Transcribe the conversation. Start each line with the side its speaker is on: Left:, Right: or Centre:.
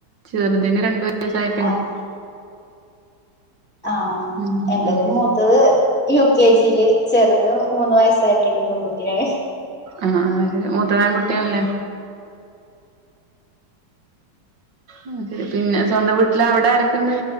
Right: ചെറുതിന് രണ്ടു വയസായപ്പോ പെൺ
Centre: ആഹ് ആഹ്
Right: ഉം
Centre: എന്റതു
Right: ഉം
Centre: മൂത്തത്. യു കെ ജിയില് ചെറുത് മൂന്ന് വയസ്സായിട്ടുണ്ട് പെൺകുട്ടിയെ
Right: ആഹ് ആഹ് ശരി മൂത്തതാൺകുട്ടിയല്ലേ. ആഹ് ശരി പിന്നെ സ്വന്തം വീട്ടില അവിടെ ആരൊക്കെ ഉണ്ട്